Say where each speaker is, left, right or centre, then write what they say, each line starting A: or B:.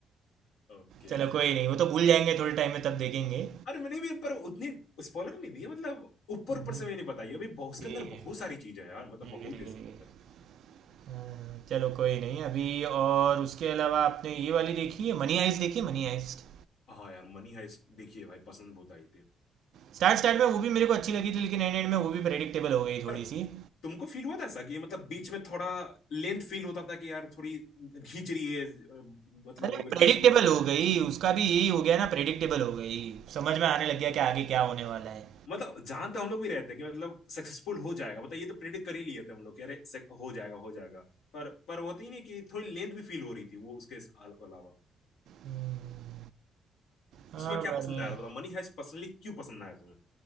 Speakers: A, on the left; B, on the right.
A: ओके
B: चलो कोई नहीं वो तो भूल जाएंगे थोड़े टाइम में तब देखेंगे
A: अरे मैंने भी पर उतनी स्पॉइलर नहीं दी है मतलब ऊपर
B: हम्म,
A: ऊपर से मैंने बताई है अभी बहुत- उसके
B: ठीक
A: अंदर
B: है
A: बहुत सारी चीजें हैं यार मतलब
B: ठीक
A: बहुत
B: है ठीक
A: है इसके
B: है ठीक
A: अंदर
B: है हाँ, चलो कोई नहीं अभी और उसके अलावा आपने ये वाली देखी है मनी हाइस्ट देखी है मनी हाइस्ट
A: हाँ यार मनी हाइस्ट देखिए भाई पसंद बहुत आई थी
B: स्टार्ट स्टार्ट में वो भी मेरे को अच्छी लगी थी लेकिन एंड एंड में वो भी प्रेडिक्टेबल हो गई थोड़ी
A: पर
B: सी
A: तुमको फील हुआ था ऐसा कि मतलब बीच में थोड़ा लेंथ फील होता था कि यार थोड़ी खींच रही है अ, मतलब
B: अरे
A: वो एपिसोड
B: प्रेडिक्टेबल हो गई उसका भी यही हो गया ना प्रेडिक्टेबल हो गई समझ में आने लग गया कि आगे क्या होने वाला है
A: मतलब जान तो हम लोग भी रहते हैं कि मतलब सक्सेसफुल हो जाएगा मतलब ये तो प्रिडिक्ट कर ही लिए थे हम लोग कि अरे से- हो जाएगा हो जाएगा पर पर वो होती ही नहीं कि थोड़ी लेंथ भी फील हो रही थी वो उसके इस- अल- अलावा
B: हम्म। हाँ
A: उसमें क्या
B: बाद
A: पसंद
B: में
A: आया था बताओ मनी हाइस्ट पर्सनली क्यों पसंद आया तुम्हें